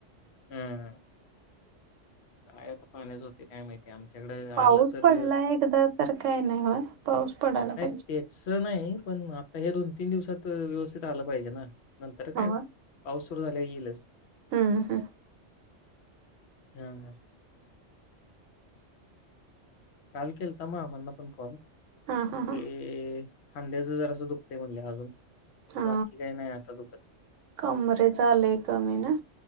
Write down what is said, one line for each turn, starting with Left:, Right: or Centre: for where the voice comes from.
Left: हम्म काय आता पाण्याच होते काय माहिती आमच्याकडं आलं
Right: पाऊस
Left: तर
Right: पडलाय एकदा तर काय नाही होय पाऊस पडायला
Left: नाही
Right: पाहिजे.
Left: तेच नाही पण आता हे दोन तीन दिवसात व्यवस्थित आलं पाहिजे ना नंतर काय
Right: होय.
Left: पाऊस सुरू झाला येईलच
Right: हम्म हम्म
Left: हम् काचाल केलता मग आपणना पण कॉल
Right: हा हा
Left: ते
Right: हा
Left: खांद्याचं जरा असं दुखते म्हणले अजून
Right: हा
Left: बाकी काही नाही आता दुकद
Right: कमरेच लय कमी ना.